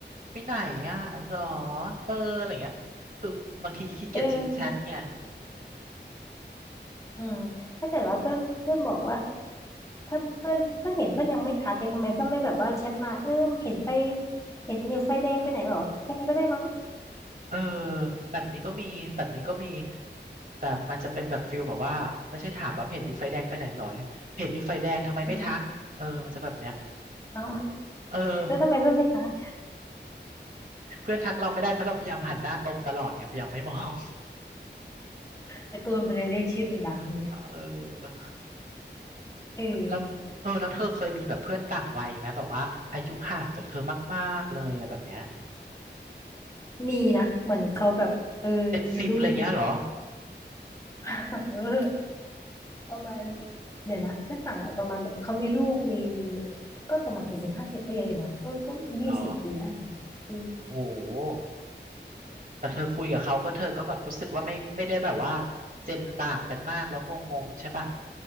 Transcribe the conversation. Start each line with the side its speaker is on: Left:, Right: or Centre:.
Right: ไปไหนอ่ะหรอเอออะไรเงี้ยคือบางทีขี้เกียจชิดแชทไง
Left: เอออืมถ้าเกิดว่าเพื่อนเพื่อนบอกว่าถ้าเพื่อนเห็นเพื่อนยังไม่ทักเลยทำไมเพื่อนไม่แบบว่าแชทมาเออเห็นไปเห็นอยู่ไฟแดงไปไหนเหรอแค่นี้ก็ได้มั้ง
Right: เออแบบนี้ก็มีแบบนี้ก็มีแต่มันจะเป็นแบบฟิลแบบว่าไม่ใช่ถามว่าเห็นอยู่ไฟแดงไปไหนหรอเห็นอยู่ไฟแดงทำไมไม่ทักเออมันจะแบบเนี้ย
Left: อืมเอา
Right: เออ
Left: แล้วทำไมเพื่อนไม่ทัก
Right: เพื่อนทักเราไม่ได้เพราะเราพยายามหันหน้าตรงตลอดไงพยายามไม่มอง
Left: ตะโกนไปเลยเรียกชื่อดังๆเนี่ย
Right: <laughs> เออ
Left: เอ
Right: แล้วเออแล้วเธอเคยมีแบบเพื่อนต่างวัยไหมแบบว่าอายุห่างจากเธอมากๆเลยอะไรแบบเนี้ย
Left: อมีนะเหมือนเขาแบบเออมีลูกมีครอบ
Right: เจ็ดสิบอะไรเงี้ยเหรอ
Left: ครัว <laughs> ประมาณเดี๋ยวนะเพื่อนต่างวัยประมาณแบบเขามีลูกมีก็ประมาณสี่สิบห้าสิบก็เยอะอยู่นะก็ก็ยี่สิบปีได้
Right: เหรอ
Left: อืม
Right: โอ้โหแต่เธอคุยกับเขาก็เธอก็แบบรู้สึกว่าไม่ไม่ได้แบบว่าเจนต่างกันมากแล้วงงๆใช่ป่ะ